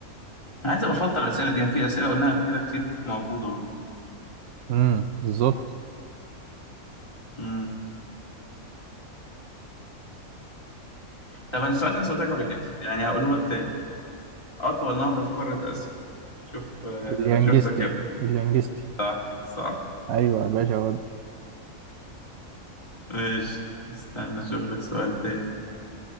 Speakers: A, on the left (about 20°); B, on the right (about 80°).
A: أنا عايز أبقى أفلتر الأسئلة دي يعني في أسئلة قلناها قبل كده كتير موجودة برضه
B: امم بالظبط
A: امم طب أنا السؤال ده أنا سألتك قبل كده يعني هقوله لك تاني أطول نهر في قارة آسيا شوف آه،
B: اليانجستي
A: شوف ذكاء
B: اليانجستي
A: صح صح
B: ايوه يا باشا ودي
A: ماشي استنى أشوف لك سؤال تاني